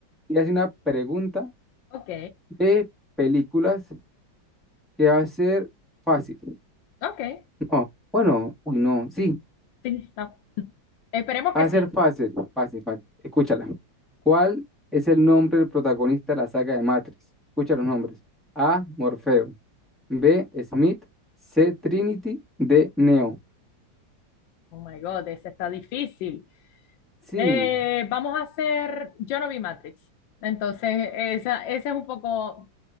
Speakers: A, in the centre; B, on the left (about 80°).
A: y hace una pregunta
B: Ok,
A: de películas que va a ser fácil.
B: ok,
A: Oh, bueno, uy, no, sí,
B: sí, no. <laughs> Esperemos que
A: va a
B: sí.
A: ser fácil, fácil, fácil. Escúchala. ¿Cuál es el nombre del protagonista de la saga de Matrix? Escucha los nombres. A, Morfeo. B, Smith. C, Trinity. D, Neo.
B: Oh my God, ese está difícil.
A: Sí,
B: Eh, vamos a hacer, yo no vi Matrix, entonces esa, ese es un poco